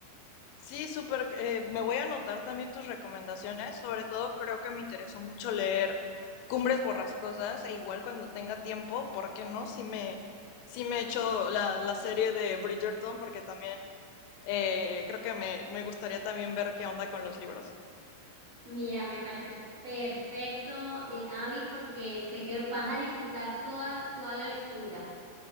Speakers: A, on the left; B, on the right.
A: Sí, súper. eh, me voy a anotar también tus recomendaciones. Sobre todo creo que me interesó mucho leer Cumbres Borrascosas e igual cuando tenga tiempo, ¿por qué no? Sí me, sí me he la, la serie de Bridgerton porque también eh, creo que me, me gustaría también ver qué onda con los libros.
B: Mira, me parece perfecto, eh, Abby, porque sé que vas a disfrutar toda, toda la lectura.